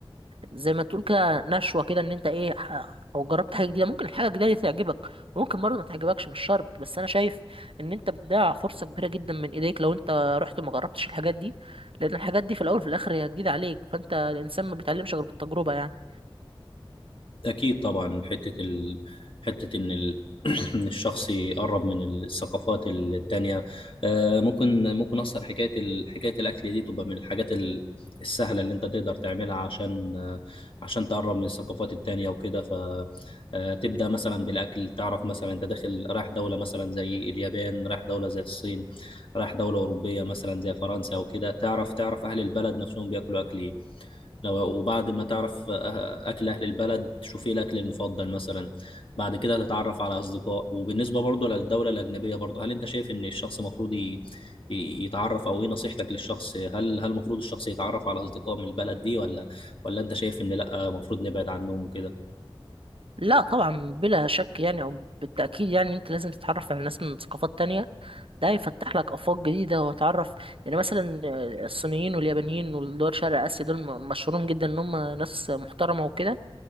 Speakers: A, on the right; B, on the left.
A: زي ما تقول كده نشوه كده ان انت ايه ح- او جربت حاجه جديده ممكن الحاجه الجديده دي تعجبك وممكن برضه ما تعجبكش مش شرط بس انا شايف ان انت بتضيع فرصه كبيره جدا من ايديك لو انت رحت وما جربتش الحاجات دي لان الحاجات دي في الاول وفي الاخر هي جديده عليك فانت الانسان ما بيتعلمش غير بالتجربه يعني
B: أكيد طبعا حتة ال... حتة إن ال... <clears throat> إن الشخص يقرب من الثقافات التانية آه، ممكن ممكن أصلا حكاية ال... حكاية الأكل دي تبقى من الحاجات ال... السهلة اللي أنت تقدر تعملها عشان آه، عشان تقرب من الثقافات التانية وكده فتبدأ مثلا بالأكل تعرف مثلا أنت داخل رايح دولة مثلا زي اليابان رايح دولة زي الصين رايح دولة أوروبية مثلا زي فرنسا وكده تعرف تعرف أهل البلد نفسهم بياكلوا أكل إيه لو وبعد ما تعرف آه، أكل أهل البلد تشوف إيه الأكل المفضل مثلا بعد كده تتعرف على أصدقاء وبالنسبة برضه للدولة الأجنبية برضه هل أنت شايف إن الشخص المفروض ي- ي- يتعرف أو إيه نصيحتك للشخص هل هل المفروض الشخص يتعرف على أصدقاء من البلد دي ولا ولا أنت شايف إن لأ المفروض نبعد عنهم وكده
A: لا طبعا بلا شك يعني او بالتاكيد يعني انت لازم تتعرف على ناس من ثقافات تانية ده هيفتح لك افاق جديده وتعرف يعني مثلا آه، الصينيين واليابانيين والدول شرق اسيا دول م- مشهورين جدا ان هم ناس محترمه وكده